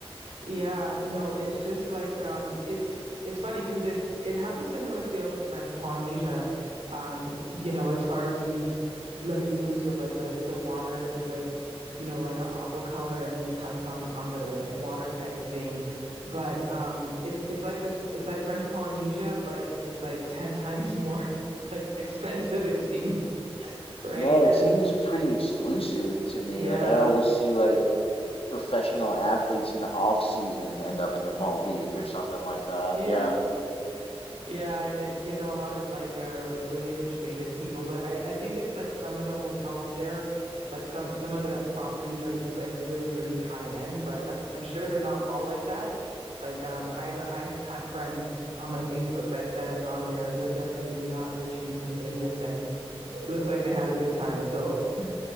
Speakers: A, on the right; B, on the left.
A: Yeah, no, it's just like um it's it's funny because it it has a similar feel to French Polynesia, um, you know, as far as these lagoons with like the the water is like, you know, like an aqua color and these huts on on the water type of thing. But um it's it's like the it's like French Polynesia, but it's like 10 times more <laughs> like expensive it seems, right?
B: Yeah,
A: And
B: it seems pretty exclusive to me.
A: yeah.
B: Like I always see like professional athletes in the off season end up in the Maldives or something like that.
A: yeah.
B: Yeah.
A: Yeah, and it, you know, a lot of like uh, r- really rich famous people, but I I think it's like some of the hotels there, like some some of the properties are just like really really high end, but I'm I'm sure they're not all like that. Like um I've I've had friends on my Facebook that that have gone there and they're definitely not rich and, and famous and it looks like they had a good time. So,